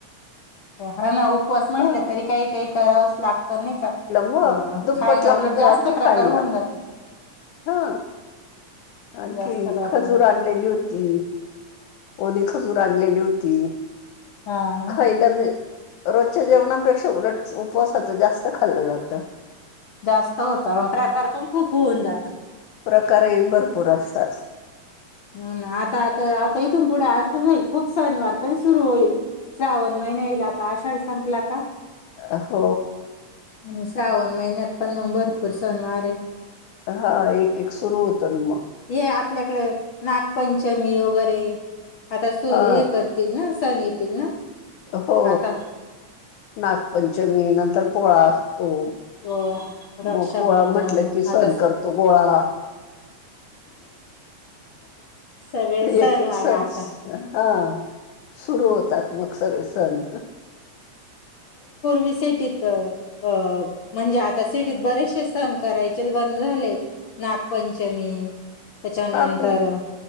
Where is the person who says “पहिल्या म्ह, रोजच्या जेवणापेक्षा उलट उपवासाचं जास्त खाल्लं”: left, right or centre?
Left